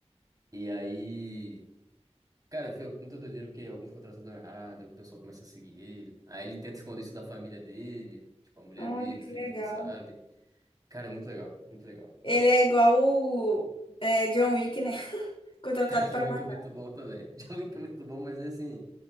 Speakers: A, on the right; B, on the left.
A: E aí, cara, foi muito doideira porque alguns contratos dão errado, aí o pessoal começa a seguir ele. Aí ele tenta esconder isso da família dele, tipo a mulher
B: Olha
A: dele,
B: que
A: os filhos
B: legal.
A: não sabem. Cara, é muito legal, muito legal.
B: Ele é igual o é, John Wick, né? <laughs> Contratado
A: Cara, John
B: para
A: Wick
B: matar.
A: é muito bom também. <laughs> John Wick é muito bom, mas assim,